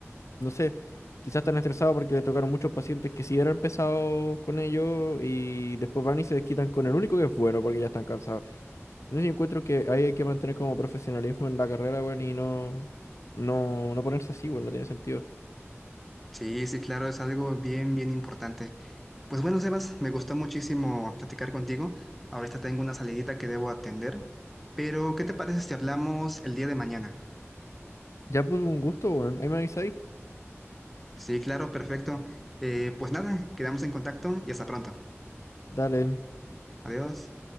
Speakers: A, on the left; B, in the centre.
A: no sé, quizás están estresados porque le tocaron muchos pacientes que sí eran pesados con ellos y después van y se desquitan con el único que es bueno porque ya están cansados. Entonces yo encuentro que ahí hay que mantener como profesionalismo en la carrera, weón, y no, no, no ponerse así, weón, no tiene sentido.
B: Sí, sí, claro, es algo bien, bien importante. Pues bueno, Sebas, me gustó muchísimo platicar contigo. Ahorita tengo una salidita que debo atender, pero ¿qué te parece si hablamos el día de mañana?
A: Ya pues un gusto, weón, ahí me avisáis.
B: Sí, claro, perfecto. Eh, pues nada, quedamos en contacto y hasta pronto.
A: Dale,
B: Adiós.